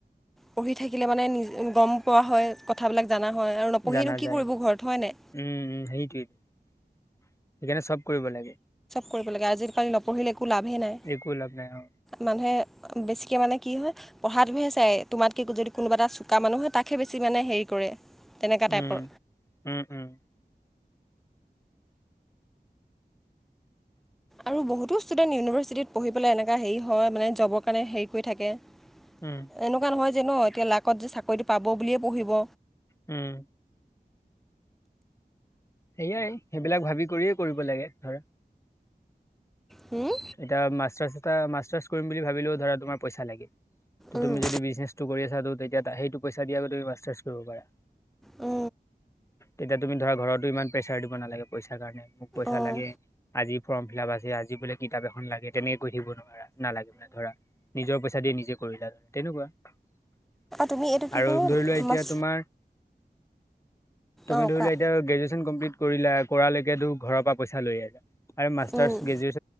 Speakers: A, in the centre; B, on the left (about 15°).
A: পঢ়ি থাকিলে মানে নিজে গম পোৱা হয় কথাবিলাক জানা হয় আৰু নপঢ়িনো
B: জানা
A: কি
B: যায়
A: কৰিব ঘৰত হয় নাই
B: উম উ সেইটোৱেই সেইকাৰণে চব কৰিব লাগে৷
A: কৰিব লাগে আজিকালি নপঢ়িলে একো লাভেই নাই
B: একো লাভ নাই অ,
A: মানুহে বেছিকে মানে কি হয় পঢ়াটোহে চাই তোমাতকে যদি কোনোবা এটা চোকা মানুহ হয় তাকে বেছি মানে হেৰি কৰে তেনেকুৱা টাইপৰ
B: উম-উম-উম
A: আৰু বহুতো ষ্টুডেণ্ট ইউনিভাৰ্চিটিত পঢ়ি পেলাই এনেকা হেৰি হয় মানে জবৰ কাৰণে হেৰি কৰি থাকে৷ এনেকুৱা
B: উম,
A: নহয় যে ন এতিয়া লাকত যে চাকৰিটো পাব বুলিয়ে পঢ়িব
B: উম সেয়াই সেইবিলাক ভাবি কৰিয়ে কৰিব লাগে ধৰা
A: হুম
B: এতিয়া মাষ্টাৰছ এটা মাষ্টাৰ কৰিম বুলি ভাবিলেও ধৰা তোমাৰ পইচা লাগে৷ ত'
A: উম
B: তুমি যদি বিজনেচটো কৰি আছা তেতিয়া সেইটো পইচা দিয়াকে তুমি মাষ্টাৰ্চ কৰিব পাৰা৷
A: উ
B: তেতিয়া তুমি ধৰা ঘৰতো ইমান প্ৰেছাৰ দিব নালাগে পইচাৰ কাৰণে মোক পইচা
A: অঁ
B: লাগে আজি ফৰ্ম ফিল আাপ আছে আজি বোলে কিতাপ এখন লাগে তেনেকে কৈ থাকিব নোৱাৰা নালাগে মানে ধৰা নিজৰ পইচা দি নিজে কৰিলা তেনেকুৱা আৰু
A: তুমি এইটো কি কয়
B: ধৰি লোৱা এতিয়া
A: মাছ
B: তোমাৰ তুমি
A: অঁ
B: ধৰি
A: কোৱা
B: লোৱা এতিয়া গ্ৰেজুৱেচন কমপ্লিট কৰিলা, কৰালৈকে তো ঘৰৰ পৰা পইচা লৈ আছা৷ আৰু মাষ্টাৰছ
A: উম
B: গ্ৰেজু